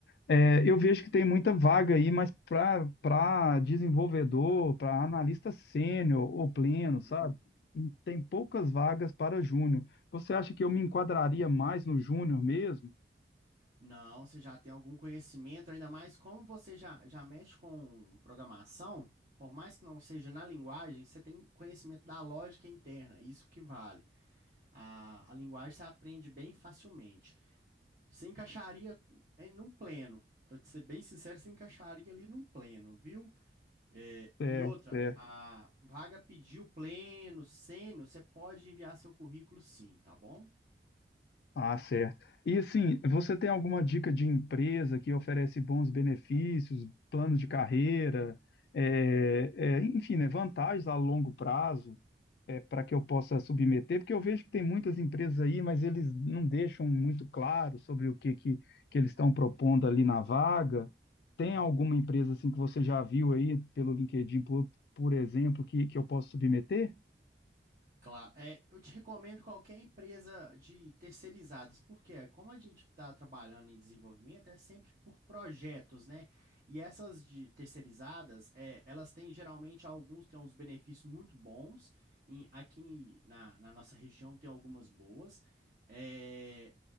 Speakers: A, on the left (about 70°); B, on the right (about 50°).
A: é, eu vejo que tem muita vaga aí, mas para para desenvolvedor, para analista sênior ou pleno,
B: uhum.
A: sabe? E Tem poucas vagas para júnior. Você acha que eu me enquadraria mais no júnior mesmo?
B: Não, você já tem algum conhecimento, ainda mais como você já, já mexe com programação, por mais que não seja na linguagem, você tem conhecimento da lógica interna, isso que vale. A, a linguagem você aprende bem facilmente. Você encaixaria em, num pleno, para ser bem sincero, você encaixaria ali num pleno, viu? É,
A: É,
B: e outra,
A: é.
B: a vaga pediu pleno, sênior, você pode enviar seu currículo sim, tá bom?
A: Ah, certo. E assim, você tem alguma dica de empresa que oferece bons benefícios, planos de carreira, é, é, enfim, né, vantagens a longo prazo, para que eu possa submeter? Porque eu vejo que tem muitas empresas aí, mas eles não deixam muito claro sobre o que, que, que eles estão propondo ali na vaga. Tem alguma empresa assim que você já viu aí pelo LinkedIn, por, por exemplo, que, que eu posso submeter?
B: Claro, é, eu te recomendo qualquer empresa de terceirizados, porque é, como a gente está trabalhando em desenvolvimento, é sempre por projetos, né? E essas de terceirizadas, é, elas têm geralmente alguns têm uns benefícios muito bons. em- aqui na, na nossa região tem algumas boas. é,